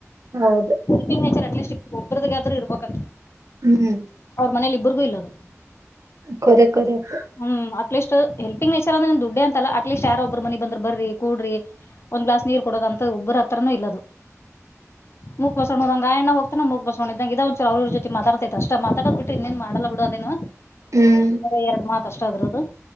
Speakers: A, on the right (about 75°); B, on the left (about 55°).
A: ಹೌದು
B: ಕಿ್ ನೇಚರ್ ಅಟ್ಲೀಸ್ಟ್ ಒಬ್ಬರದಾಗ ಆದ್ರೂ ಇರ್ಬೇಕಂತ
A: ಹ್ಮ್
B: ಅವ್ರ ಮನೇಲಿ ಇಬ್ಬರು <inaudible> ಇಬ್ಬರಿಗೂ ಇಲ್ಲ ಅದು
A: ಕರಖ <unintelligible>
B: ಹ್ಮ್ ಅಟ್ಲೀಸ್ಟ್ ಹೆಲ್ಪಿಂಗ್ಚರ್ ಅಂದ್ರೆನ್ ದುಡ್ಡ ಅಂತ ಅಲ್ಲ ಅಟ್ಲೀಸ್ಟ್ ಯಾರ ಒಬ್ಬರು ಮನಿ ಬಂದ್ರ ಬರ್ರಿ ಕೊಡರಿ ಒಂದ್ ಗ್ಲಾಸ್ ನೀರ್ ಕೊಡೋದ ಅಂತ ಒಬ್ಬರ ಹತ್ರನೂ ಇಲ್ಲದು ಮುಕ್ ಬಸೋ್ ಹೋದಂಗ ಎಣ ಹೋಗ್ತಾನ ಮುಕ್ ಬಸಕೋೊಂಡ ಇದಂಗ ಇದ ಒಂಚ ಅವ್ರ ಜೊತೆ ಮಾತಾಡ್ತೈತೆಷ್ಟ ಅಷ್ಟ ಮಾತಾಡೋಕ್ ಬಿಟ್ರೆ ಇನ್ನೇನ್ ಮಾಡಲ್ಲ ಬಿಡು ಅದೇನು
A: ಹ್ಮ್
B: ಮ ಎರಡು ಮಾತ್ ಅಷ್ಟದ್ರದು